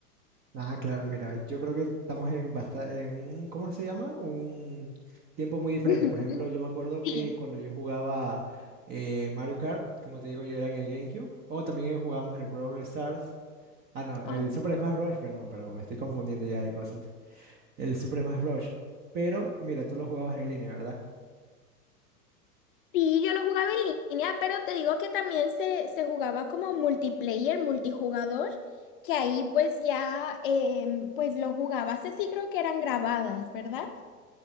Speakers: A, on the right; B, on the left.
A: Ah, claro, mira, yo creo que estamos en, basta en un, ¿cómo se llama? Un tiempo muy diferente.
B: Ujú,
A: Por ejemplo, yo me acuerdo que
B: Sí.
A: cuando yo jugaba eh, Mario Kart, como te digo, yo era en el GameCube, o también jugábamos el Brawl Stars. Ah, no, el
B: Ah, bueno.
A: Super Smash Bros. Perdón, perdón, me estoy confundiendo ya de cosas. El Super Smash Bros. Pero, mira, tú lo jugabas en línea, ¿verdad?
B: Sí, yo lo jugaba en línea, pero te digo que también se, se jugaba como multiplayer, multijugador, que ahí pues ya em, pues lo jugabas así, creo que eran grabadas, ¿verdad?